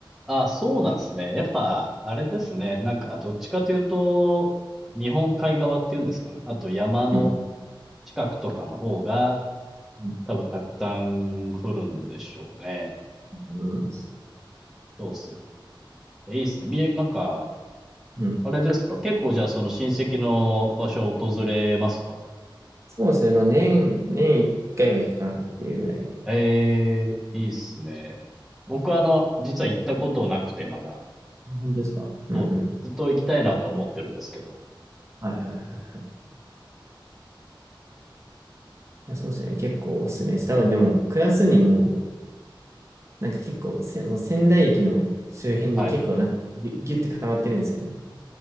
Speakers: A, in the centre; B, on the right.
A: あ、そうなんですね。やっぱ、あれですね。なんか、どっちかというと、日本海側っていうんですかね。あと山の
B: うん。
A: 近くとかの方が、
B: うん
A: 多分たくさん降るんでしょうね。
B: 思います。
A: そうっすよね。えいいっすね。みえ、なんか、
B: うん。
A: あれですか。結構じゃあその親戚の場所を訪れますか。
B: そうですね。まあ年、年一回は行くかなっていうぐらいで。
A: ええ、いいっすね。僕はあの、実は行ったことなくてまだ。
B: あ、本当ですか。うんうん。
A: そうです。ずっと行きたいなと思ってるんですけど。
B: はいはいはいはい。いやそうですね。結構おすすめです。多分でも、暮らすにも、なんか結構せ、その仙台駅の周辺に結構なんかギュ、
A: はい。
B: ぎゅって固まってるんですよね。